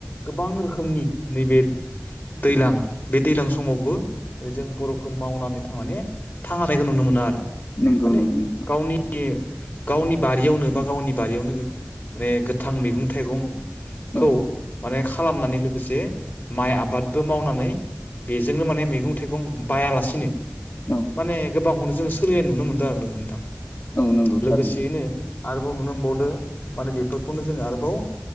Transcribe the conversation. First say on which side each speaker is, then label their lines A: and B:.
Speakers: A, on the left; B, on the left.
A: गोबां रोखोम। समनि नैबे दैज्लां बे दैज्लां समावबो जों बर'खौ मावनानै थांनानै थांना थायखौ नुनो मोनो आरो
B: नंगौ
A: माने
B: नंगौ
A: गावनि बे गावनि बारियावनो बा गावनि बारियावनो माने गोथां मैगं थाइगंखौ
B: औ
A: माने खालामनानै लोगोसे माइ आबादबो मावनानै बेजोंनो माने मैगं थाइगं बायालासिनो
B: औ
A: माने गोबांखौनो जों सोलिलायनाय नुनो मोनदों आरो नोंथां
B: औ नंगौ थारैनो
A: लोगोसेयैनो आरोबाव नुनो मोनबावदो माने बेफोरखौनो जों आरोबाव